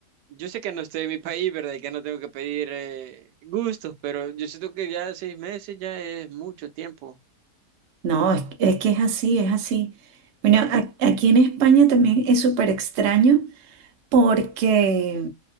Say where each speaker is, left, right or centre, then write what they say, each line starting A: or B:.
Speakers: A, on the right (about 80°); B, on the right (about 55°).
A: yo sé que no estoy en mi <laughs> país, ¿verdad? Y que no tengo que pedir eh, gustos, pero yo siento que ya seis meses ya es mucho tiempo.
B: No, es, es que es así, es así. Bueno, a- aquí en España también es súper extraño Porque